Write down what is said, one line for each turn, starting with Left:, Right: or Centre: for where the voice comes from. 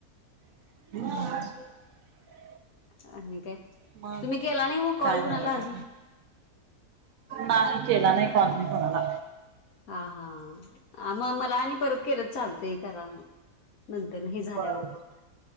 Right: <inaudible>
Left: तुम्ही
Right: मग
Left: केला नाही, मग कॉल
Right: काय
Left: कुणाला
Right: नाही बघा
Left: अजून?
Right: नाही. केला नई कॉल मी कुणाला.
Left: हा हा, अ, मग मला आणि परत केलात. चालतय, करा म. नंतर हे झाल्यावर,
Right: बर बर